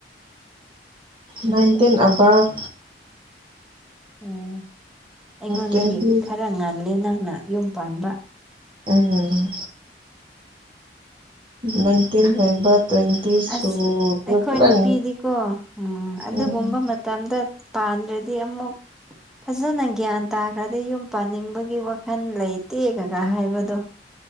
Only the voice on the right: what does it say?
ꯅꯥꯏꯟꯇꯤꯟ ꯑꯕꯞ
ꯇ꯭ꯋꯦꯟꯇꯤ
ꯎꯝ ꯅꯥꯏꯟꯇꯤꯟ ꯍꯦꯟꯕ ꯇ꯭ꯋꯦꯟꯇꯤ ꯁꯨꯕ
ꯈꯔ
ꯎꯝ